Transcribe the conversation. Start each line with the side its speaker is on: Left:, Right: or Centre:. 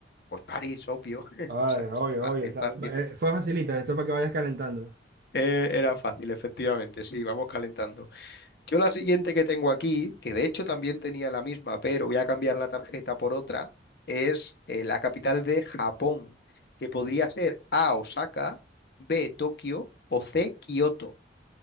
Left: pues París, obvio. <laughs>
Right: Ay,
Left: ¿Sabes?
Right: obvio,
Left: Fácil,
Right: obvio. está-
Left: fácil.
Right: eh, fue facilita, esto es para que vayas calentando.
Left: Eh, era fácil, efectivamente. Sí, vamos calentando. Yo la siguiente que tengo aquí, que de hecho también tenía la misma, pero voy a cambiar la tarjeta por otra, es eh, la capital de Japón, que podría ser A, Osaka, B, Tokio o C, Kioto.